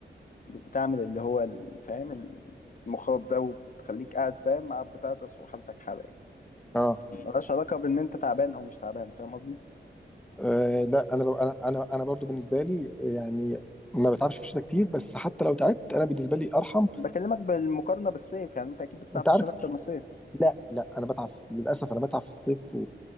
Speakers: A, on the left; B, in the centre.
A: بت- بتعمل اللي هو ال- فاهم ال- المخاط ده وبتخليك قاعد فاهم مع بتاعتس وحالتك حاله يعني
B: اه
A: ملهاش علاقه بان انت تعبان او مش تعبان فاهم قصدي
B: آه، لا انا ب- انا انا انا برضو بالنسبه لي يعني ما بتعبش في الشتاء كتير بس حتى لو تعبت انا بالنسبه لي ارحم
A: بكلمك بالمقارنه بالصيف يعني انت اكيد بتتعب
B: انت
A: في
B: عارف
A: الشتاء اكتر من الصيف
B: لا لا انا بتعب في- للاسف انا بتعب في الصيف و...